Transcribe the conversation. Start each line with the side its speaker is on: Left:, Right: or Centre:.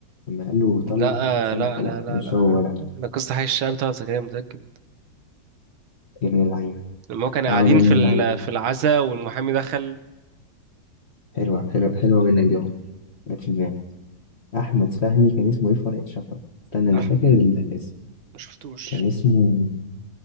Left: لما قال له طلع
Right: لا
Left: لسانك
Right: لا لا
Left: لا
Right: لا
Left: مش
Right: لا
Left: هو لا
Right: ده قصة حي الشعب طلعت زكريا متأكد
Left: يا ابن اللعيبة
Right: لما هو كانوا
Left: اه
Right: قاعدين
Left: يا ابن
Right: في
Left: اللعيبة
Right: ال... في العزا والمحامي دخل
Left: حلوة حلوة حلوة منك دي يا عمر جت في دماغي أحمد فهمي كان اسمه إيه في ورقة شفرة استنى أنا
Right: أحمد
Left: فاكر ال- الاسم
Right: ما شفتوش
Left: كان اسمه